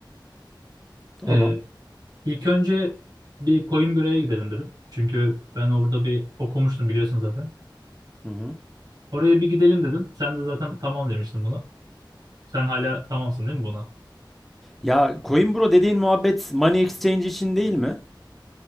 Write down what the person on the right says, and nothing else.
E, ilk önce bir Coimbira'ya gidelim dedim. Çünkü ben orada bir okumuştum biliyorsun zaten.
Oraya bir gidelim dedim. Sen de zaten tamam demiştin buna. Sen hala tamamsın değil mi buna?